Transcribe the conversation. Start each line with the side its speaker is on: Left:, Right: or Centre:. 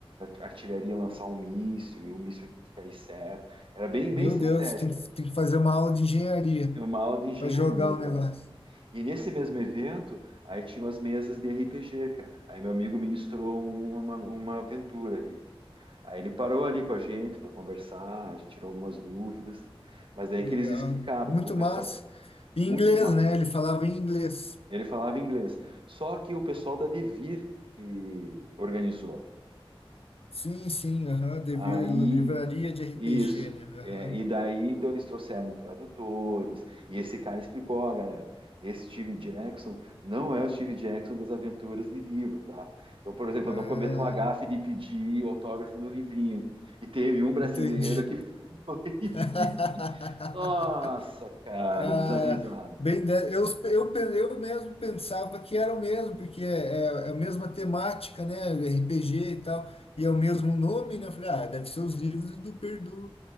Right: artilharia lançar um míssil e o míssil cair certo. Era bem,
Left: Meu
Right: bem estratégico.
Left: Deus, tem, que- tem que fazer uma aula de engenharia
Right: É uma aula de engenharia,
Left: para jogar o
Right: cara.
Left: negócio.
Right: E nesse mesmo evento, aí tinham as mesas de RPG, cara. Aí meu amigo ministrou uma, uma aventura ali. Aí ele parou ali com a gente para conversar, a gente tirou algumas dúvidas. Mas daí
Left: Legal.
Right: que eles explicaram,
Left: Muito
Right: o pessoal
Left: massa. Em
Right: muito,
Left: inglês, né? Ele falava em inglês.
Right: ele falava inglês. Só que o pessoal da Devir que organizou.
Left: Sim, sim, aham. Devia
Right: Aí,
Left: livraria de RPG,
Right: isso.
Left: né? Aham.
Right: É, e daí, então, eles trouxeram tradutores, e esse cara explicou, ó, galera, esse Steve Jackson não é o Steve Jackson das aventuras de livro, tá? Então, por exemplo,
Left: Ah,
Right: eu não cometo uma gafe de pedir autógrafo no livrinho. E teve um brasileiro
Left: entendi.
Right: que <laughs> foi e
Left: <laughs>
Right: Nossa, cara,
Left: Ah,
Right: desavisado.
Left: bem, de- eu, eu, eu mesmo pensava que era o mesmo, porque é, é é a mesma temática, né? RPG e tal, e é o mesmo nome, né? Eu Falei, ah, deve ser os livros do, per- do